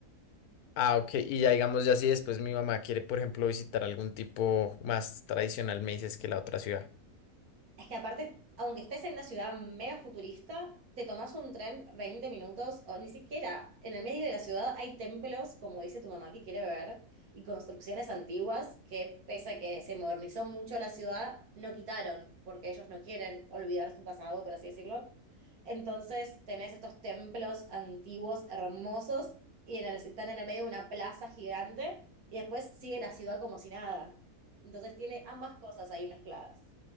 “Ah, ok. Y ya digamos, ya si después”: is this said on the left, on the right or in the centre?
Left